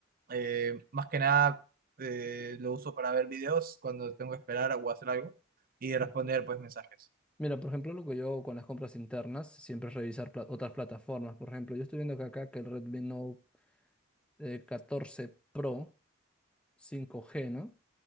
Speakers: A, on the right; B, in the centre.
A: Eh, más que nada eh, lo uso para ver videos cuando tengo que esperar o hacer algo y responder
B: Ujú.
A: pues mensajes.
B: Mira, por ejemplo, lo que yo hago con las compras internas siempre es revisar pla- otras plataformas. Por ejemplo, yo estoy viendo que acá que el Redmi Note eh, 14 Pro 5G, ¿no?